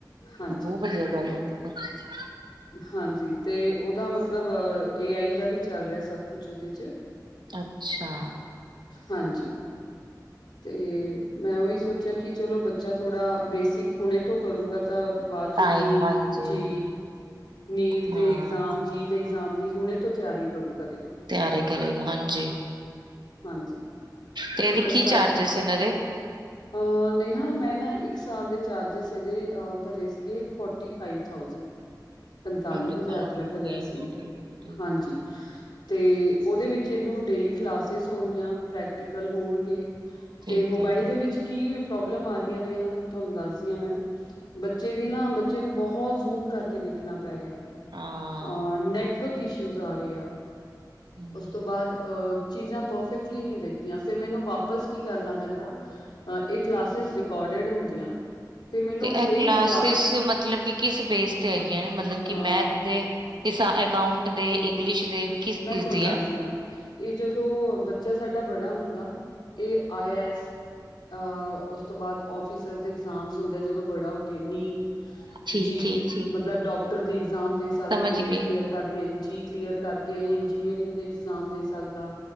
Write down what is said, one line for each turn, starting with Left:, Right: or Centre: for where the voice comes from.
Left: ਹਾਂਜੀ
Right: ਬਹੁਤ ਵਦੀਆ ਗੱਲ ਇਹ ਤ ਪੈਨ ਜੀ
Left: ਹਾਂਜੀ ਤੇ ਉਹਦਾ ਮਤਲਬ ਏ ਆਈ ਦਾ ਵੀ ਚੱਲ ਰਿਆ ਸਭ ਕੁਛ ਉਹਦੇ ਚ
Right: ਅੱਛਾ
Left: ਹਾਂਜੀ ਤੇ ਮੈਂ ਉਹੀ ਸੋਚਿਆ ਕਿ ਚਲੋ ਬੱਚਾ ਥੋੜਾ ਬੇਸਿਕ ਹੁਨੇ ਤੋਂ ਕਰੂਗਾ ਤਾਂ ਬਾਅਦ ਚੰਨੀਈ
Right: ਤਾਂਹੀ ਹਾਂਜੀ
Left: ਜੇ ਨੀਟ
Right: ਹਾਂ
Left: ਦੇ ਇਗਜ਼ਾਮ ਜੀ ਦੇ ਇਗਜ਼ਾਮ ਦੀ ਹੁਨੇ ਤੋਂ ਤਿਆਰੀ ਕਰੂਗਾ ਦੇਖੋ
Right: ਤਿਆਰੇ ਕਰੇਗਾ ਹਾਂਜੀ
Left: ਹਾਂਜੀ
Right: ਤੇ ਇਹਦੀ
Left: ਇਸ
Right: ਕੀ ਚਾਰਜਿਸ
Left: ਕਰਕੇ
Right: ਇਹਨਾਂ ਦੇ
Left: ਅ ਨੇਹਾ ਮੈਂ ਨਾ ਇੱਕ ਸਾਲ ਦੇ ਚਾਰਜਿਸ ਇਹਦੇ ਅ ਭਰੇ ਸੀਗੇ ਫੋਰਟੀ ਫਾਈਵ ਥਾਉਸੈਂਡ ਪੰਤਾਲੀ
Right: ਫੋਰਟੀ
Left: ਹਜ਼ਾਰ
Right: ਫਾਈਵ
Left: ਰੁਪਆ ਭਰਿਆ
Right: ਠੀਕ
Left: ਸੀ,
Right: ਆ ਠੀਕ ਆ ਠੀਕ
Left: ਹਾਂਜੀ
Right: ਆ
Left: ਤੇ ਉਹਦੇ ਵਿੱਚ ਇਹਨੂੰ ਡੇਲੀ ਕਲਾਸਿਸ ਹੋਨਗੀਆਂ ਪ੍ਰੈਕਟੀਕਲ ਹੋਨਗੇ
Right: ਠੀਕ
Left: ਤੇ ਮੋਬਾਇਲ
Right: ਆ
Left: ਦੇ ਵਿਚ ਕੀ ਪ੍ਰੋਬਲਮ ਆ ਰਈ ਹੈ ਨੇਹਾ ਤੁਹਾਨੂੰ ਦੱਸਦੀ ਆ ਮੈਂ ਬੱਚੇ ਦੀ ਨਾ ਬੱਚੇ ਨੂੰ ਬਹੁਤ ਜ਼ੂਮ ਕਰਕੇ ਦੇਖਨਾ ਪੈ ਰਿਹਾ
Right: ਹਾਂ।
Left: ਆ ਨੈਟਵਰਕ ਇਸ਼ੂਜ਼ ਆ ਰਹੇ ਆ
Right: ਹਮ
Left: ਉਸ ਤੋਂ ਬਾਅਦ ਆ ਚੀਜ਼ਾਂ ਪਰਫੈਕਟਲੀ ਨਹੀਂ ਰਹਿੰਦੀਆਂ ਫਿਰ ਮੈਨੂੰ ਵਾਪਸ ਕੀ ਕਰਨਾ ਪੈਂਦਾ ਇਹ ਕਲਾਸਿਸ ਰਿਕੋਡੇਡ ਹੁੰਦੀਆਂ ਫਿਰ ਮੈਨੂੰ
Right: ਤੇ ਇਹ
Left: ਫਿਰ
Right: ਕਲਾਸਿਸ
Left: ਕਲਾ
Right: ਮਤਲਬ ਕਿ ਕਿਸ ਬੇਸ ਤੇ ਹੈਗੀਆਂ ਨੇ ਮਤਲਬ ਕਿ
Left: ਅ
Right: ਮੈਥ ਦੇ ਸਾ ਅਕਾਊਂਟ ਦੇ ਇੰਗਲਿਸ਼ ਦੇ ਕਿਸ
Left: ਮੈਂ
Right: ਚੀਜ਼
Left: ਚੁੰਦਾ
Right: ਦੀ ਆ
Left: ਇਹ ਜਦੋਂ ਬੱਚਾ ਸਾਡਾ ਬੜਾ ਹੁੰਦਾ ਇਹ ਆਇਸ ਆ ਉਸ ਤੋਂ ਬਾਅਦ ਅਫਿਸੇਸ ਦੇ ਇਗਜ਼ਾਮ ਹੁੰਦੇ ਜਦੋਂ ਬੜਾ ਹੋ ਕੇ ਨੀ
Right: ਠੀਕ
Left: ਜੀ
Right: ਠੀਕ ਠੀਕ
Left: ਮਤਲਬ ਡਾਕਟਰ ਦੀ ਇਗਜ਼ਾਮ ਦੇ ਸਕਦਾ
Right: ਸਮਝ
Left: ਨੀਟ
Right: ਗਏ
Left: ਕਲੀਅਰ ਕਰ ਜੀ ਕਲੀਅਰ ਕਰਕੇ ਇਹ ਇੰਜੀਨੀਅਰਿੰਗ ਦੇ ਇਗਜ਼ਾਮ ਦੇ ਸਕਦਾ